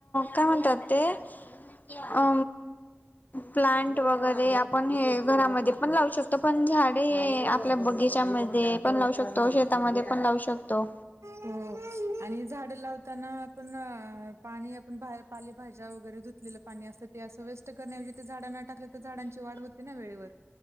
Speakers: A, on the left (about 40°); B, on the right (about 85°).
A: काय म्हणतात ते अ प्लांट वगैरे आपण हे घरामध्ये पण लावू शकतो पण झाडे आपल्या बगीचामध्ये पण लावू शकतो शेतामध्ये पण लावू शकतो
B: हो आणि झाड लावताना आपण पाणी आपण पाली भाज वरे ुलेलं पाणी असतं ते असं वेस्ट करण्याऐवज ते झाड न टाकले तर झाडांची वाढ होते ना वेळेवर